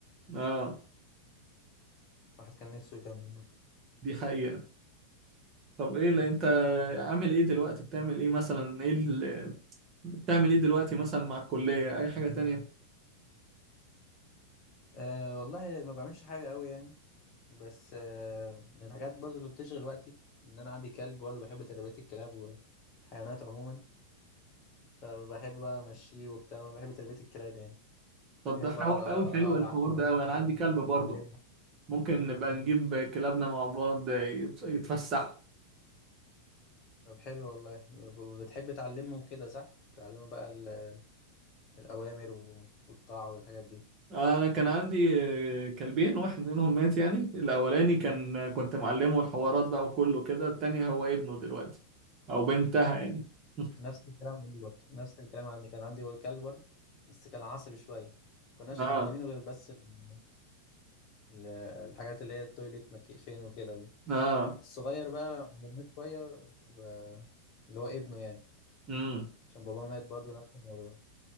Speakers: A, on the right (about 30°); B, on the left (about 40°).
A: <laughs> اه
B: الواحد كان نفسه يكمل برضه
A: <laughs> دي حقيقة طب ايه اللي انت عامل ايه دلوقتي بتعمل ايه مثلا ايه اللي بتعمل ايه دلوقتي مثلا مع الكلية اي حاجة تانية
B: آه والله ما بعملش حاجة قوي يعني بس آه من الحاجات برضه اللي بتشغل وقتي إن أنا عندي كلب برضه بحب تربية الكلاب والحيوانات عموما فبحب بقى أمشيه وبتاع وأنا بحب تربية الكلاب يعني
A: طب
B: بحب
A: ده حوار
B: بقى أقرأ
A: قوي حلو
B: أقرأ
A: الحوار
B: عنهم
A: ده قوي انا عندي كلب برضه
B: وأعلمهم
A: ممكن نبقى نجيب كلابنا مع بعض يت- يتفسحوا
B: طب حلو والله ب- ب- بتحب تعلمه كده صح؟ تعلمه بقى ال- الأوامر و- والطاعة والحاجات دي
A: انا كان عندي آه، كلبين واحد منهم مات يعني الاولاني كان كنت معلمه الحوارات بقى وكله كده التاني هو ابنه دلوقتي او بنتها يعني <laughs>
B: نفس الكلام عندي برضه نفس الكلام عندي كان عندي كلب برضه بس كان عصبي شوية كناش
A: اه
B: معلمينه غير بس ال- ال- الحاجات اللي هي التويليت مكي فين وكده
A: اه
B: الصغير بقى عملناه شوية و... اللي هو ابنه يعني
A: امم
B: عشان باباه مات برضه نفس الموضوع